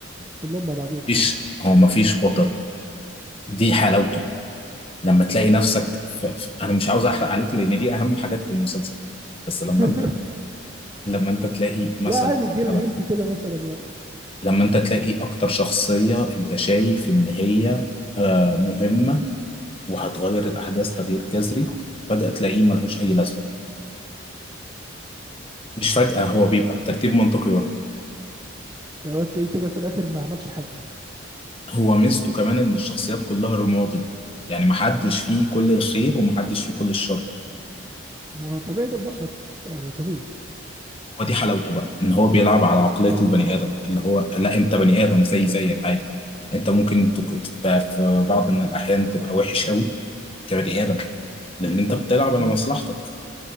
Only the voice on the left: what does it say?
مفيش
هو مفيش بطل دي حلاوته لما تلاقي نفسك ف... ف- أنا مش عاوز أحرق عليك لأن دي أهم حاجات في المسلسل بس
لما أنت لما أنت تلاقي مثلا
مثلا
لما أنت تلاقي أكتر شخصية أنت شايف إن هي آه، مهمة وهتغير الأحداث تغيير جذري بدأ تلاقيه ملهوش أي لازمة مش فجأة هو بيبقى بترتيب منطقي برضه
هو ميزته كمان إن الشخصيات كلها رمادي يعني محدش فيه كل الخير ومحدش فيه كل الشر
ودي حلاوته بقى إن هو بيلعب على عقلية البني آدم اللي هو لا أنت بني آدم زي زيك عادي أنت ممكن تك... ف- في بعض من الأحيان تبقى وحش قوي كبني آدم لأن أنت بتلعب على
مصلحتك